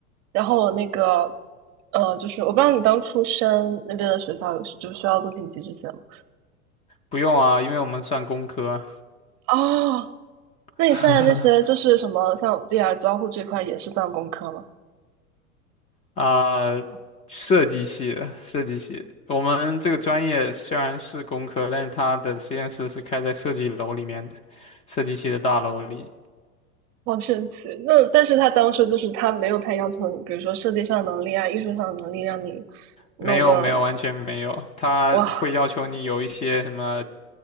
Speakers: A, on the right; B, on the left.
A: 然后我那个，呃，就是我不知道你当初申那边的学校有就需要作品集这些吗？
B: 不用啊，因为我们算工科。
A: 哦，那你现在那些就是什么，
B: <laughs>
A: 像 VR 交互这块也是算工科吗？
B: 啊、设计系的，设计系。我们这个专业虽然是工科，但是它的实验室是开在设计楼里面的，设计系的大楼里。
A: 好神奇。那但是他当初就是他没有太要求你，比如说设计上的能力啊、艺术上的能力，让你弄个
B: 没有，没有，完全没有。它会要求你有一些什么
A: 哇